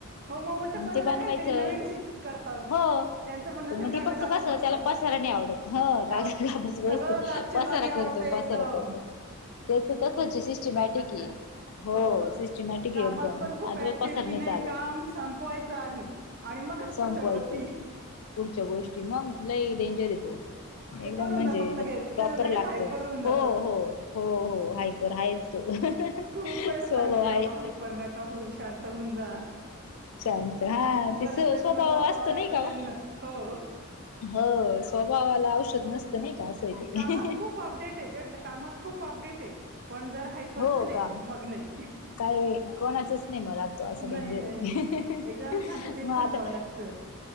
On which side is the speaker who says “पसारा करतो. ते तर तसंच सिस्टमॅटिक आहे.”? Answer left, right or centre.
Left